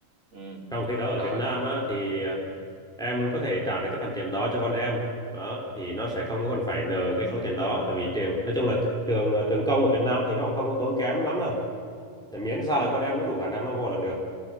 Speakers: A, on the right; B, in the centre.
A: ừ
B: trong khi đó ở
A: rồi
B: Việt Nam
A: đồng
B: á
A: ý.
B: thì ờ, em có thể trả được cái phần tiền đó cho con em đó thì nó sẽ không có cần phải nợ cái số tiền đó tại vì trường nói chung là t- trường ờ, trường công ở Việt Nam thì nó cũng không có tốn kém lắm đâu Thì miễn sao là con em nó đủ khả năng nó vô là được